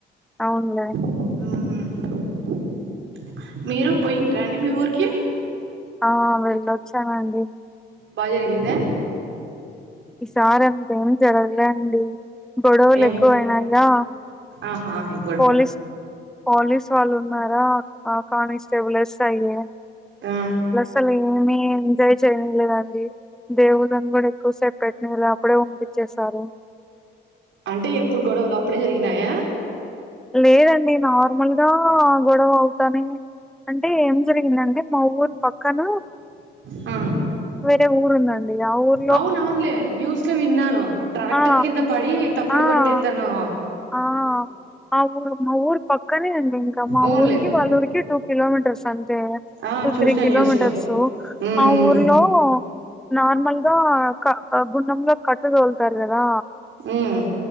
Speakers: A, in the centre; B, on the right.
A: అవున్లె
B: ఉమ్ మీరు పోయిండ్రా అండి మీ ఊరికి
A: ఆ వెళ్ళొచ్చామండి
B: బా జరిగిందా
A: ఈ సారి అంత ఏం జరగలేదండి గొడవలు
B: ఏం
A: ఎక్కువైనాయా
B: ఆహా హై
A: పోలీస్ పోలీస్ వాళ్ళు ఉన్నారా ఆ కానిస్టేబుల్ ఎస్. ఐ యి
B: ఆ
A: అసలు ఏమి ఎంజాయ్ చేయలేదండి దేవుళ్ళని కూడా ఎక్కువ సేపు పెట్నీయలె అప్పుడే పంపించేసినారు
B: అంటే ఎప్పుడు గొడవలు అప్పుడే జరిగినాయా
A: లేదండి నార్మల్గా గొడవ అవుతానే అంటే ఏం జరిగిందంటే మా ఊరు పక్కన
B: ఆ
A: వేరే ఊరు ఉందండి ఆ ఊరు
B: అవున అవున్లే న్యూస్ లో విన్నాను ట్రాక్టర్
A: ఆ
B: కింద పడి తప్పిడి
A: ఆ
B: కొట్టేతను
A: ఆ ఆ ఊరు మా ఊరు పక్కనే అండి ఇంకా మా
B: అవునులే
A: ఊరికి వాళ్ళ ఊరికి టూ కిలోమీటర్స్ సంతే
B: ఆ
A: టూ
B: చూసిన
A: త్రీ కిలోమీటర్సు
B: న్యూస్ లో ఉమ్
A: ఆ ఊర్లో నార్మల్ గా క అ గుండంలో కట్టలు తోలుతారు కదా
B: హ్మ్